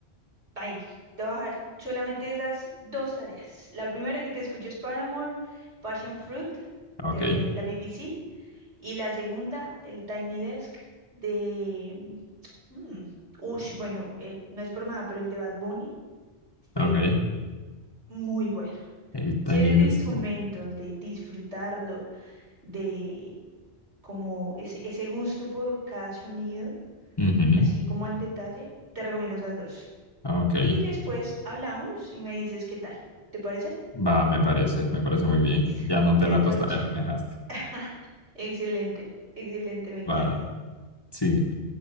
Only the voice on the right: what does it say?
Ahí, te voy a dejar solamente esas dos tareas. La primera que te escucho es Paramore, Passion Fruit de
la BBC y la segunda, el Tiny Desk de... mm, ush, bueno, eh, no es por nada, pero el de Bad Bunny fue
muy bueno.
Si eres
de instrumentos, de disfrutarlo, de como ese, ese gusto por cada sonido,
así como al detalle, te recomiendo esas dos.
Y después hablamos y me dices qué tal. ¿Te parece?
Listo,
trato
hecho.
<laughs> Excelente, excelente, me encanta.